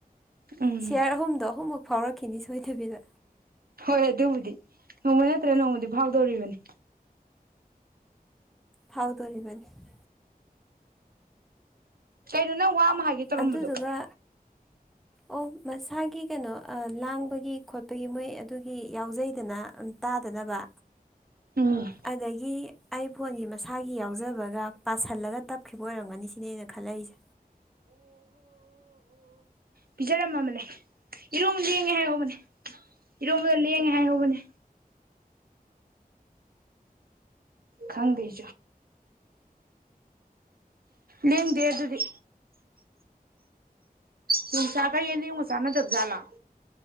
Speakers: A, on the right; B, in the centre.
A: ꯎꯝ
B: ꯁꯤꯌꯥꯔ ꯑꯍꯨꯝꯗꯣ ꯑꯍꯨꯝꯃꯨꯛ ꯐꯥꯎꯔꯛꯈꯤꯅꯤ ꯁꯣꯏꯗꯕꯤꯗ
A: ꯍꯣꯏ꯫ ꯑꯗꯨꯕꯨꯗꯤ ꯅꯣꯡꯃ ꯅꯦꯠꯇ꯭ꯔꯒꯥ ꯅꯣꯡꯃꯗꯤ ꯐꯥꯎꯗꯧꯔꯤꯕꯅꯤ
B: ꯐꯥꯎ ꯇꯣ ꯂꯩꯕꯅꯤ
A: ꯀꯩꯅꯣ ꯅꯪ ꯋꯥ ꯑꯃ ꯍꯥꯏꯒꯦ ꯇꯧꯔꯝꯕꯗꯣ
B: ꯑꯗꯨꯗꯨꯒ ꯑꯣ ꯁ ꯊꯥꯒꯤ ꯀꯩꯅꯣ ꯂꯥꯡꯕꯒꯤ ꯈꯣꯠꯄꯒꯤ ꯃꯣꯏ ꯑꯗꯨꯒꯤ ꯌꯥꯎꯖꯩꯗꯅ ꯇꯥꯗꯅꯕ
A: ꯎꯝ
B: ꯑꯗꯒꯤ ꯑꯩ ꯐꯣꯟꯒꯤ ꯃꯁꯥꯒꯤ ꯌꯥꯎꯖꯕꯒ ꯄꯥꯁꯜꯂꯒ ꯇꯞꯈꯤꯕ ꯑꯣꯏꯔꯝꯒꯅꯤ ꯁꯤꯅꯦꯅ ꯈꯜꯂꯛꯏꯁꯦ
A: ꯄꯤꯖꯔꯝꯃꯕꯂꯦ ꯏꯔꯣ ꯌꯦꯡꯉꯦ ꯍꯥꯏꯔꯧꯕꯅꯦ ꯏꯔꯣꯜ ꯌꯦꯡꯉꯦ ꯍꯥꯏ ꯍꯣꯕꯅꯦ ꯈꯪꯗꯦꯖꯣ ꯂꯝ ꯗꯦ ꯑꯗꯨꯗꯤ ꯇꯨꯆꯥ ꯀ ꯌꯦ ꯃꯁꯅ ꯙꯕꯖꯂ